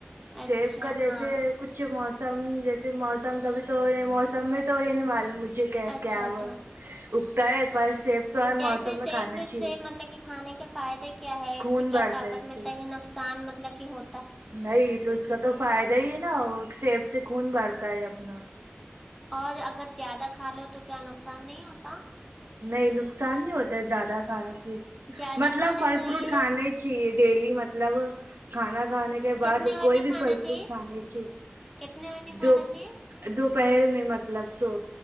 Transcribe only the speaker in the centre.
اچھا
ہاں
اچھا
اچھا
جیسے
سیب
سے مطلب کہ کھانے کے فائدے کیا ہے اس
سے کیا
طاقت
ملتا
ہے کہ نقصان مطل ل کہ ہو
اور اگر زیادہ کھا لو تو کیا نقصان نہیں ہوتا
زیادہ
کھانے
سے
یہ
کتنے
بجے
کھانا
چاہیے
کتنے بجے کھانا
چاہیے